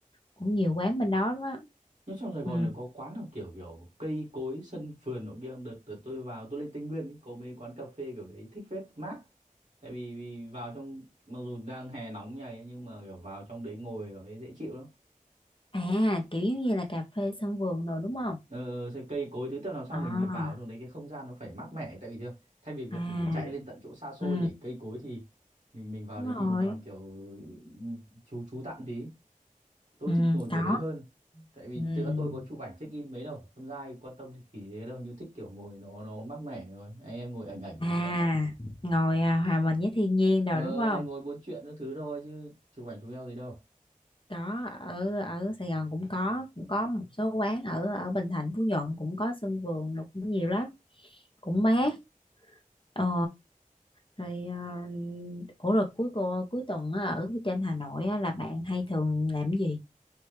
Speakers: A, on the left; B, on the right.
A: cũng nhiều quán bên đó lắm á
B: Nó trong Sài Gòn
A: ừ.
B: này có quán nào kiểu kiểu cây cối sân vườn nọ kia không? Đợt, đợt tôi vào tôi lên Tây Nguyên ý, có mấy quán cà phê kiểu đấy thích phết mát. Tại vì, vì vào trong mặc dù đang hè nóng như này ấy, nhưng mà kiểu vào trong đấy ngồi cảm thấy dễ chịu lắm.
A: à kiểu giống như là cà phê sân vườn rồi đúng không
B: Ờ, ờ, sẽ cây cối thứ tự làm sao
A: à
B: mình mình vào trong đấy cái không gian nó phải mát mẻ tại vì thế, thay vì việc
A: à
B: mình phải chạy lên tận chỗ xa xôi
A: ừ
B: để cây cối thì mình mình vào
A: đúng
B: đấy
A: rồi
B: mình mình kiểu ừ, chú chú tạm tí tôi
A: ừ
B: thích ngồi
A: có
B: kiểu đấy hơn tại vì
A: ừ
B: thực ra tôi có chụp ảnh check in mấy đâu con trai quan tâm gì khỉ thế đâu như thích kiểu ngồi nó nó mát mẻ rồi anh em ngồi ảnh ảnh
A: à
B: mà.
A: ngồi à, hòa mình với thiên nhiên rồi
B: ờ
A: đúng không
B: rồi ngồi buôn chuyện các thứ thôi chứ chụp ảnh chụp eo gì đâu
A: có ở ở Sài Gòn cũng có cũng có một số quán ở ở Bình Thạnh Phú Nhuận cũng có sân vườn nó cũng nhiều lắm cũng mát ờ rồi à, ủa rồi cuối cô cuối tuần á, ở trên Hà Nội á, là bạn hay thường làm cái gì